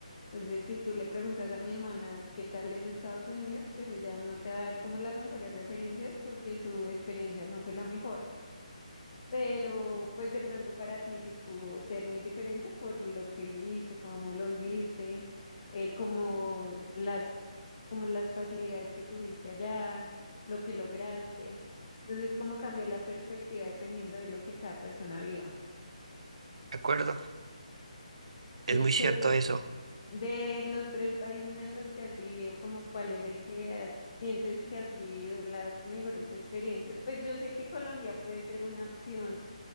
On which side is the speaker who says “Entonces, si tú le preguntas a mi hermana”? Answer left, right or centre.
Left